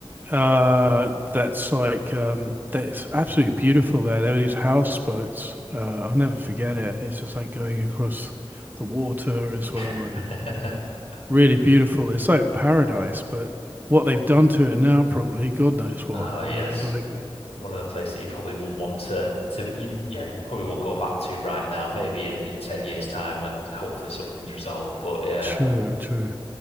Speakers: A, on the right; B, on the left.
A: uh, that's like um, that's absolutely beautiful there. There were these houseboats. Uh, I'll never forget it. It's just like going across the water as well,
B: <laughs>
A: and really beautiful. It's like paradise, but what they've done to it now, probably God knows what.
B: Ah, yes,
A: You know, it's like
B: one of them places that you probably wouldn't want to to you yeah you probably won't go back to right now. Maybe in in ten years' time when hopefully something's resolved. But yeah.
A: true, true.